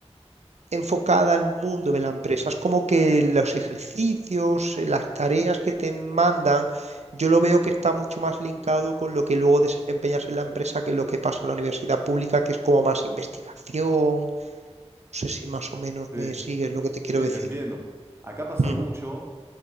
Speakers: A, on the right (about 75°); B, on the right (about 20°).
A: enfocada al mundo de la empresa. Es como que los ejercicios, eh, las tareas que te mandan, yo lo veo que está mucho más linkado con lo que luego desempeñas en la empresa que lo que pasa en la universidad pública, que es como más investigación. No sé si más o menos
B: Sí,
A: me sigues lo que te quiero
B: sí,
A: decir.
B: te entiendo. Acá pasa
A: Ujú,
B: mucho